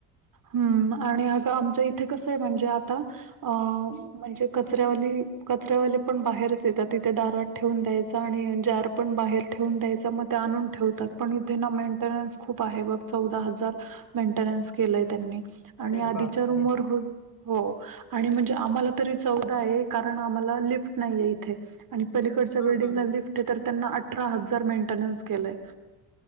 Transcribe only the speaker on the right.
हम्म आणि अगं आमच्या इथे कसंय म्हंजे आता अ म्हंजे कचऱ्यावाली कचऱ्यावालेपण बाहेरच येतात तिथे दारात ठेवून द्यायचा आणि जार पण बाहेर ठेवून द्यायचा म ते आणून ठेवतात पण इथे ना मेंटेनन्स खूप आहे बग चौदा हजार मेंटेनन्स केलंय त्यांनी
आणि आधीच्या
रूमवर हो हो आणि म्हंजे आम्हाला तरी चौदा आहे कारण आम्हाला लिफ्ट नाहीये इथे. आणि पलीकडच्या
बिल्डिंगला
लिफ्टे तर त्यांना अठरा हजार मेंटेनन्स केलंय.